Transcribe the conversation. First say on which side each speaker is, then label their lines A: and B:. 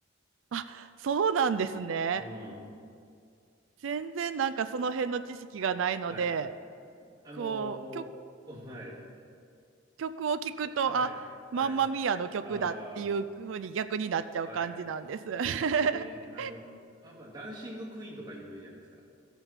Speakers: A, on the right (about 80°); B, on the right (about 20°).
A: あ、そうなんですね。
B: うん。
A: 全然なんかその辺の知識がないので、
B: はい。あの
A: こう、曲、
B: ーはい。
A: 曲を聴くと、
B: はい。
A: あ、
B: はい。
A: マンマミーアの曲だっていうふうに逆になっちゃう感じなんです。
B: ああ。はい。
A: <laughs>
B: そうですね。あの、あ、まあ、ダンシングクイーンとか有名じゃないですか。